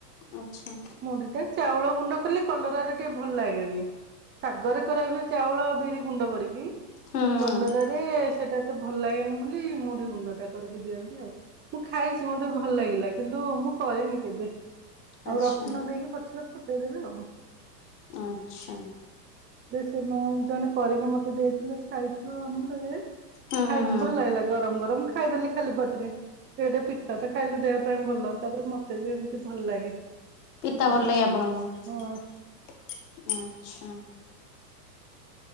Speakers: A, on the left; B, on the right.
A: ଆଚ୍ଛା
B: ମୁଡିଟା, ଚାଉଳ ଗୁଣ୍ଡ କଲେ କଲରଟା ଟିକେ ଭଲ ଲାଗେନି ଶାଗରେ କରା ହୁଏ ଚାଉଳ ଆଉ ବିରି ଗୁଣ୍ଡ କରିକି କିନ୍ତୁ
A: ହୁଁ ହୁଁ
B: କଲରାରେ ସେଇଟା ଏତେ ଭଲ ଲାଗେନି ବୋଲି ମୁଢି ଗୁଣ୍ଡ ଟା କରିକି ଦିଅନ୍ତି ଆଉ ମୁଁ ଖାଇଚି ମତେ ବି ଭଲ ଲାଗିଲା। କିନ୍ତୁ ମୁଁ କରିନି କେବେ
A: ଆଚ୍ଛା
B: ଆଉ ରସୁଣ ଦେଇକି ପଛରେ ଫୁଟେଇ ଦେବି ଆଉ
A: ଆଚ୍ଛା
B: ସେ ମ ଜଣେ କରିକି ମୋତେ ଦେଇଥିଲେ ସାଇଟ ରୁ ଆମରେ
A: ହୁଁ ହୁଁ
B: ଖାଇଚି
A: ହୁଁ।
B: ଭଲ ଲାଗିଲା ଗରମ ଗରମ ଖାଇଦେଲି ଖାଲି ବଟରେ ଟିକେ ପିତା ତ ଖାଇଲେ ଦେହ ସେଥିପାଇଁ ଭଲ ତାପରେ ମତେ ବି ଏମିତି ଭଲ ଲାଗେ
A: ପିତା
B: ପିତାଟା
A: ଭଲ ଲାଗେ ଆପଣଙ୍କୁ
B: ହଁ
A: ଆଛା